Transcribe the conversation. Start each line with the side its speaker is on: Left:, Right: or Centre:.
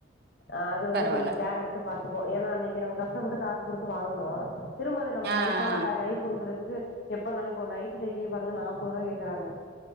Left: ஆ அது வந்து
Right: பரவால்ல
Left: கொஞ்ச கேர் எடுத்து பாத்துக்குவோ ஏன்னா அன்னக்கி நம்ம கஷ்டப்பட்டு காசு குடுத்து வாங்குனோ திரும்ப அது நமக்கு
Right: ஆ
Left: லைஃப்
Right: ஆ
Left: லாங் கை குடுக்குறதுக்கு எப்பனாலு இப்போ நைட்டி தைக்கயே பாருங்க நாப்பது ருவா கேக்குறாங்க